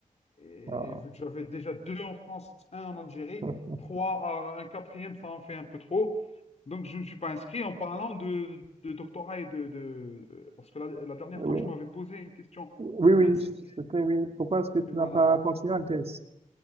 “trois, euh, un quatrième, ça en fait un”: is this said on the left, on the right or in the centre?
Left